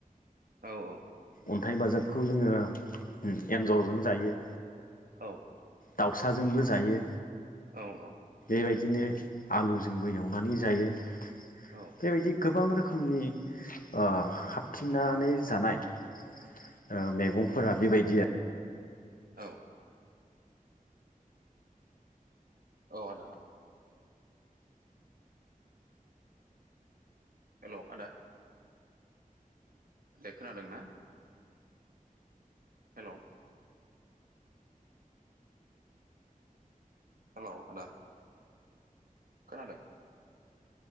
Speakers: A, on the right (about 85°); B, on the left (about 70°).
A: औ औ
B: अन्थाइ बाजाबखौ जोङो एन्जरजों जायो
A: औ
B: दाउसाजोंबो जायो
A: औ औ
B: बेबायदिनो आलुजोंबो एवनानै जायो बेबायदि
A: औ
B: गोबां रोखोम रोखोमनि ओ खाबथिंनानै जानाय ओ मैगं <unintelligible> बेबायदि आ
A: औ औ आदा हेलौ आदा दे खोनादों ना हेलौ हेलौ आदा खोनादों